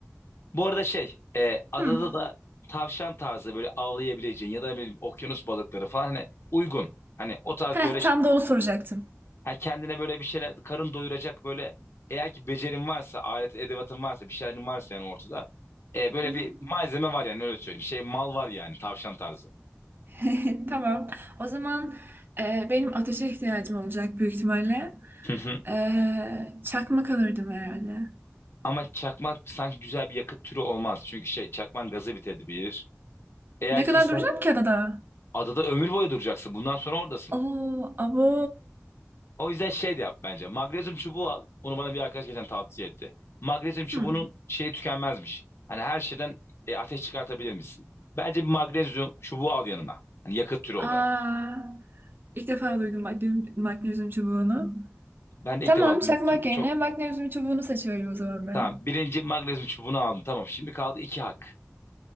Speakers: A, on the left (about 55°); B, on the right (about 45°).
A: Bu arada şey e, adada
B: hmm.
A: da tavşan tarzı böyle avlayabileceğin ya da ne bileyim okyanus balıkları falan hani uygun. Hani o tarz
B: Heh,
A: böyle
B: tam
A: şey-
B: da onu soracaktım.
A: ha kendine böyle bir şeyler karın doyuracak böyle eğer ki becerin varsa alet edevatın varsa bir şeylerin varsa yani ortada e, böyle
B: Hı hı.
A: bir malzeme var yani öyle söyleyeyim. Şey mal var yani tavşan tarzı.
B: <laughs> Tamam. O zaman e, benim ateşe ihtiyacım olacak büyük ihtimalle.
A: <laughs>
B: Ee, çakmak alırdım herhalde.
A: Ama çakmak sanki güzel bir yakıt türü olmaz. Çünkü şey çakman gazı bitebilir. Eğer
B: Ne kadar
A: ki ister
B: duracağım ki adada?
A: adada ömür boyu duracaksın. Bundan sonra oradasın.
B: Oo, abo.
A: O yüzden şey de yap bence. Magnezyum çubuğu al. Onu bana bir arkadaş geçen tavsiye etti. Magnezyum çubuğunun
B: Hmm.
A: şeyi tükenmezmiş. Hani her şeyden e, ateş çıkartabilir misin? Bence bir magnezyum çubuğu al yanına. Hani yakıt türü olarak.
B: Aa, ilk defa duydum magnezyum, magnezyum çubuğunu.
A: Ben de
B: Tamam,
A: ilk defa duymuştum.
B: çakmak yerine
A: Çok
B: magnezyum çubuğunu seçiyorum o zaman ben.
A: tamam. Birinci magnezyum çubuğunu aldın. Tamam. Şimdi kaldı iki hak.